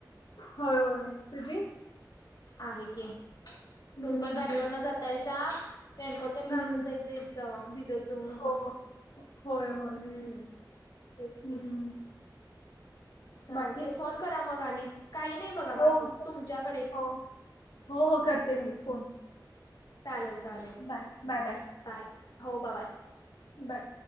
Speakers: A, on the left (about 80°); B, on the left (about 55°).
A: होय होय तुझी
B: आहे की
A: हम्म
B: तुमी पण
A: हम्म
B: गाडीवर न जातायसा रेनकोट तेन
A: हम्म
B: घालून जाईत जावा भिजत जाऊ नका
A: हो होय होय
B: हम्म तेच
A: हम्म
B: की सांगते
A: बाकी
B: फोन करा मग आणि काही नाही बघा
A: हो
B: बाकी तुमच्याकडे
A: हो हो हो करते मी फोन
B: चालेल चालेल
A: बाय बाय
B: बाय हो बा बाय
A: बाय